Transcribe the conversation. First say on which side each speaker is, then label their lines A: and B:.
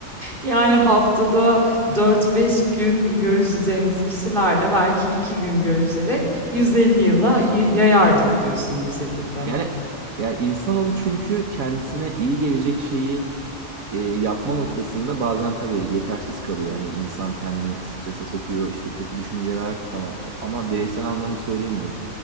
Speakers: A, on the right; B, on the right.
A: Yani haftada dört beş gün görüşeceğimiz kişilerle belki 2 gün görüşerek 150 yıla y- yayardık diyorsun bir şekilde.
B: Yani yani insanoğlu çünkü kendisine iyi gelecek şeyi e, yapma noktasında bazen tabii yetersiz kalıyor. Hani insan kendini strese sokuyor, işte kötü düşünceler falan. O- Ama bireysel anlamda söylemiyorum.